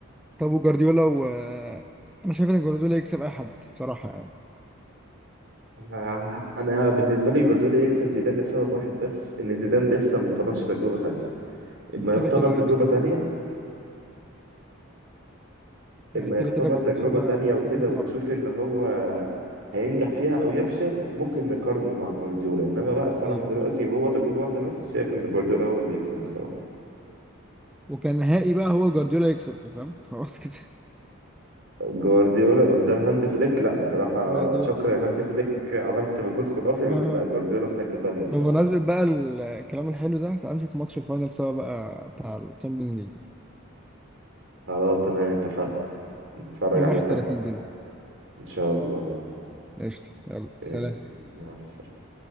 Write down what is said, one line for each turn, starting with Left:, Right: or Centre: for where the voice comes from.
Centre: طب وجارديولا و أنا شايف إن جارديولا يكسب أي حد بصراحة يعني
Right: أنا أنا بالنسبة لي جوارديولا يكسب زيدان لسبب واحد بس إن زيدان لسه ما اختبرش تجربة تانية إما
Centre: كده
Right: يختبر
Centre: كده
Right: تجربة
Centre: بصراحة.
Right: تانية
Centre: يعني
Right: إما
Centre: كده
Right: يختبر
Centre: كده جارديولا
Right: تجربة تانية
Centre: أحسن
Right: وكده
Centre: 100
Right: ونشوف
Centre: مرة
Right: إن هو هينجح فيها أو يفشل ممكن نقارنه مع جوارديولا إنما بقى بصراحة
Centre: أيوه
Right: دلوقتي
Centre: فاهم
Right: هو تجربة واحدة بس شايف إن جوارديولا هو اللي يكسب بصراحة
Centre: وكان نهائي بقى هو جارديولا يكسب فاهم خلاص كده
Right: جوارديولا قدام هانز فليك لا بصراحة
Centre: <laughs> جارديولا
Right: شكرا يا هانز فليك عملت مجهود خرافي بس
Centre: اه
Right: لا جوارديولا في حتة تانية بصراحة
Centre: طب بمناسبة بقى الكلام الحلو ده تعال نشوف ماتش الفاينل سوا بقى بتاع الشامبيونز ليج
Right: خلاص تمام اتفقنا نتفرج
Centre: يوم
Right: عليه
Centre: 31
Right: سوا
Centre: كده
Right: إن شاء الله
Centre: قشطة يلا
Right: ماشي
Centre: سلام
Right: مع السلامة